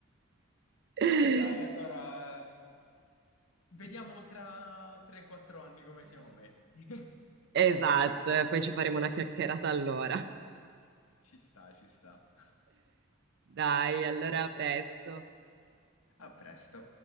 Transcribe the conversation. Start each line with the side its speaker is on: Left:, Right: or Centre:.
Right: <laughs>
Left: E dai, allora. Vediamo tra 3-4 anni come siamo messi. <laughs>
Right: Esatto, e poi ci faremo una chiacchierata allora.
Left: Ci sta, ci sta.
Right: Dai, allora a presto.
Left: A presto.